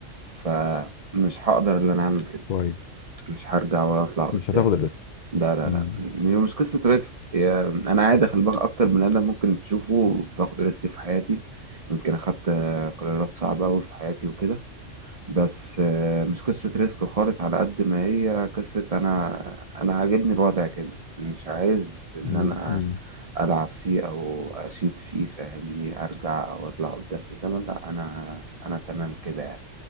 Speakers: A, on the right; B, on the left.
A: فمش هقدر ان انا اعمل كده
B: كويس
A: مش هرجع ولا اطلع قدام
B: مش هتاخد الريسك
A: لا لا
B: مم.
A: لا م- مش قصة ريسك هي- انا عادي خلي بالك اكتر من ادم ممكن تشوفه باخد ريسك في حياتي يمكن اخدت آه، قرارات صعبة أوي في حياتي وكده بس آه، مش قصة ريسك خالص على قد ما هي قصة انا انا عاجبني الوضع كده مش عايز ان
B: مم.
A: انا
B: مم.
A: العب فيه او اشيد فيه فاهمني ارجع او اطلع قدام في الزمن لا انا انا تمام كده يعني